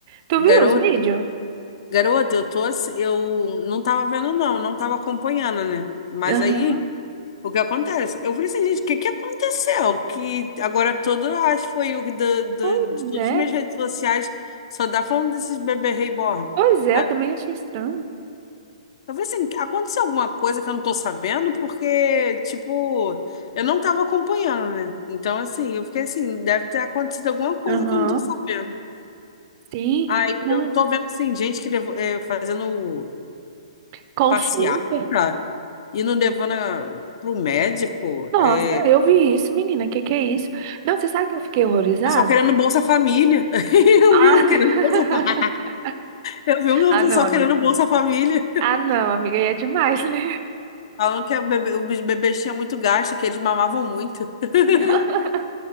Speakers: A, on the right; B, on the left.
A: Tu
B: garota,
A: viu os vídeos?
B: garota, eu tô, ass- eu não tava vendo não, não tava acompanhando, né? Mas
A: Aham.
B: aí, o que acontece? Eu falei assim, gente, o que que aconteceu? Que agora todo, acho que foi o do, do,
A: Pois
B: de todas
A: é.
B: as minhas redes sociais, só dá falando desses bebê reborn.
A: Pois é,
B: Aí,
A: eu também achei estranho.
B: eu falei assim, aconteceu alguma coisa que eu não tô sabendo? Porque, tipo, eu não tava acompanhando, né? Então, assim, eu fiquei assim, deve ter acontecido alguma coisa
A: Aham.
B: que eu não tô sabendo.
A: Sim.
B: Aí
A: Não.
B: eu tô vendo, assim, gente que levou, eh, fazendo
A: Consulta.
B: passeata e não levando a, pro médico.
A: Nossa,
B: É,
A: eu vi isso, menina. Que que é isso? Não, você sabe que eu fiquei horrorizada?
B: pessoal querendo Bolsa Família. <laughs> Eu
A: Ah,
B: vi um querendo Bolsa Família.
A: <laughs>
B: Eu vi um
A: ah,
B: pessoal
A: não, amiga.
B: querendo Bolsa Família.
A: Ah, não, amiga, aí é demais, né?
B: Falando que a bebê, os bebês tinham muito gasto, que eles mamavam muito. <laughs>
A: <laughs>